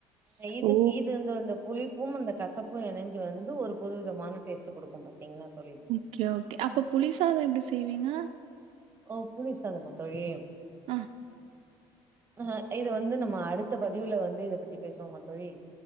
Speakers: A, on the right; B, on the right.
A: இது
B: ஓ!
A: இது இந்த இந்த புளிப்பும் அந்த கசப்பும் இணைஞ்சு வந்து ஒரு புதுவிதமான டேஸ்டு கொடுக்கும் பாத்தீங்கன்னா தோழி
B: ஓகே ஓகே அப்ப புளி சாதம் எப்டி செய்வீங்க
A: ஓ புளிஸ் சாதமா தோழி
B: ஆ
A: ஹ இத வந்து நம்ம அடுத்த பதிவுல வந்து இதை பத்தி பேசுவோம்மா தோழி